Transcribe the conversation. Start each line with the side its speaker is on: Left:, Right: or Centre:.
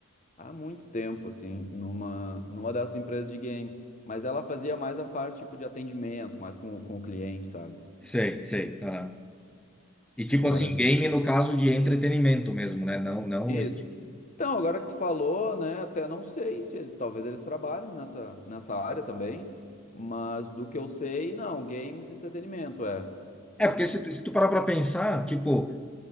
Left: há muito tempo, assim, numa, numa dessas empresas de game. Mas ela fazia mais a parte, tipo, de atendimento, mais com, o- com o cliente, sabe?
Centre: Sei, sei. Aham. E tipo
Left: Não
Centre: assim,
Left: era
Centre: game no caso de entretenimento mesmo, né? Não, não
Left: Isso.
Centre: esse tipo.
Left: Então, agora que tu falou, né, até não sei se ele- talvez eles trabalhem nessa, nessa área também, mas do que eu sei, não, games, entretenimento, é, sabe?
Centre: É, porque se tu, se tu parar para pensar, tipo,